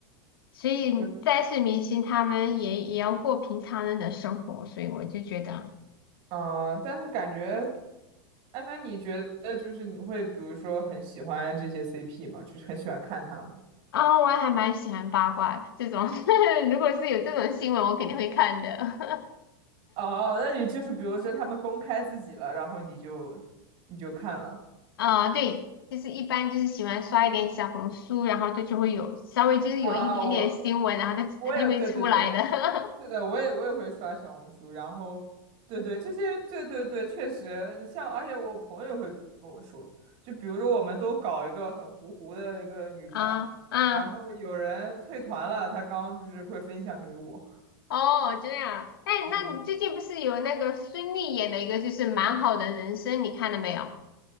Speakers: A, on the left; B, on the right.
A: 所以再是明星，
B: 对，
A: 他们也也要过平常人的生活，所以我就觉得。
B: 啊，但是感觉，哎，那你觉得就是你会比如说很喜欢这些 CP 吗？就是很喜欢看他们。
A: 啊，我还蛮喜欢八卦的这种，<laughs> 如果是有这种新闻，我肯定会看的。<laughs>
B: 哦，那你就是比如说他们公开自己了，然后你就你就看了。
A: 啊，对，就是一般就是喜欢刷一点小红书，然后这就会有稍微就是有一点点新闻，
B: 啊，我
A: 然后它它就会出来的。
B: 我也对对对，是的，我也我也会刷小红书，然后对对这些对对对，确实，你像而且我朋友也会跟我说，就比如说我们都搞一个很糊糊的一个女团，
A: <laughs> 啊啊，
B: 然后有人退团了，他刚就是会分享给我，
A: 哦，这样。哎，
B: 嗯嗯，
A: 那你最近不是有那个孙俪演的一个就是蛮好的人生，你看了没有？